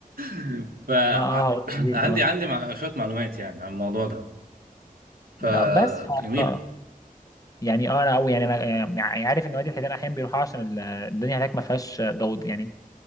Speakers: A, on the right (about 90°); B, on the left (about 25°).
A: <laughs> فعندي
B: اه آه، هو
A: <clears throat>
B: لذيذ
A: عندي
B: اه
A: عندي مع- شويه معلومات يعني عن الموضوع ده فجميله
B: لا، بس ف... آه. يعني اه انا او يعني انا يعني يعني عارف ان وادي الحيتان احيانا بيروحوا عشان ال- الدنيا هناك ما فيهاش ضوض يعني